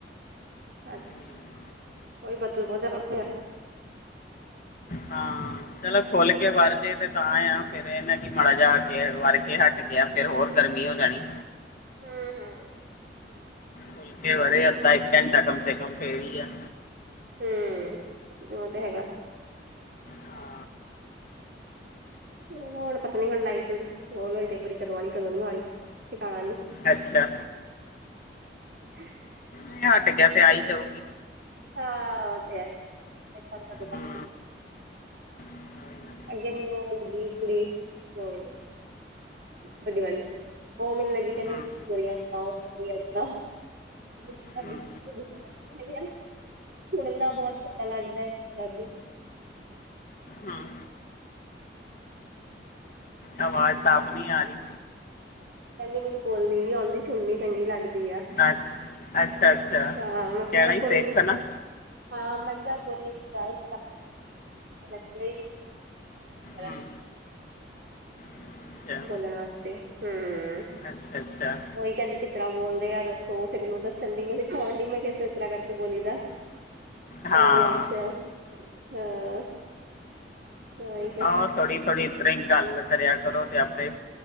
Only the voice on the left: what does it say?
ਠੀਕ
ਹਾਂ। ਚਲੋ ਖੁੱਲ ਕੇ ਵਰਜੇ ਤੇ ਤਾਂ ਆ, ਫੇਰ ਏ ਨਾ ਕਿ ਮਾੜਾ ਜੇ ਆ ਕੇ ਵਰ ਕੇ ਹਟ ਗੇਆ। ਫੇਰ ਹੋਰ ਗਰਮੀ ਹੋ ਜਾਣੀ।
ਖੁਲ ਕੇ ਵਰ ਜਾਂਦਾ ਇੱਕ ਘੰਟਾ ਕਮ ਸੇ ਕਮ ਫੇਰ ਵੀ ਆ।
ਹਾਂ
ਅੱਛਾ।
ਮੀਹ ਹੱਟ ਗੇਆ ਤੇ ਆ ਈ ਜਾਊਗੀ।
ਹੂੰ
ਕੋਈ ਨਾ।
ਹੂੰ
ਹੂੰ
ਹੂੰ ਆਵਾਜ਼ ਸਾਫ਼ ਨੀ ਆ ਰਈ।
ਅੱਛ, ਅੱਛਾ- ਅੱਛਾ
ਕੈਣਾ ਸੀ
ਸਿੱਖ
ਨਾ।
ਹੂੰ ਅੱਛਾ
ਅੱਛਾ -ਅੱਛਾ।
ਹਾਂ
ਆਹੋ ਥੋੜ੍ਹੀ- ਥੋੜ੍ਹੀ ਇਤ ਤਰ੍ਹਾਂ ਈ ਗੱਲ ਕਰੇਆ ਕਰੋ ਤੇ ਆਪੇ